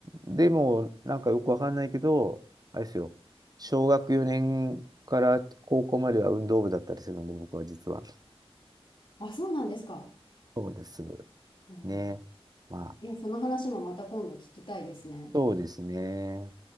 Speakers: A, on the right; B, on the left.
A: でも、なんかよくわかんないけど、あれですよ。小学4年から高校までは運動部だったりするので、僕は実は。
B: あ、そうなんですか。
A: そうです。
B: おー
A: ね。まあ、
B: え、その話もまた今度聞きたいですね。
A: そうですね。